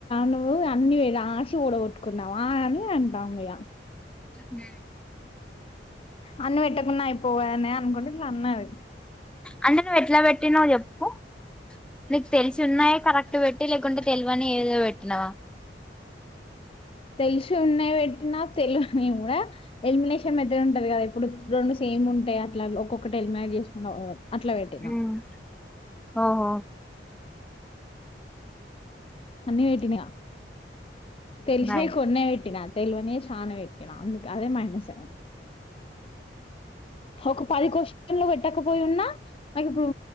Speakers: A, on the left; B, in the centre.
A: నువ్ అన్ని రాసి వడగట్టుకున్నావా అని అంట ఏంటండీ ఇగా
B: మ్మ్
A: అన్నం పెట్టకుండా అయిపోవు కదా అనే అనుకుంటా ఇట్లా అన్నది
B: అంటే నువ్వు ఎట్లా పెట్టినావు చెప్పు నీకు తెలిసి ఉన్నాయ కరెక్ట్ పెట్టి లేకుంటే తెలవని ఏదేదో పెట్టినావా
A: తెలిసి ఉన్నాయి పెట్టిన తెలవనై కూడా ఎలిమినేషన్ మెథడ్ ఉంటది కదా ఇప్పుడు రెండు సమె ఏం ఉంటాయి అట్లా ఒక్కొ ఒకటే హెల్మెట్ చేసుకున్న ఒకటి అట్లా పెట్టనా
B: మ్. ఓహో
A: అన్ని పెట్టిన ఇగా తెలిసినై
B: నైస్
A: కొన్నే పెట్టిన తెలవని చాలా పెట్టిన అందు అదే మైనస్ అయింది ఒక పది క్వశ్చన్లు పెట్టకపోయిన్నా నాకు ఇప్పుడు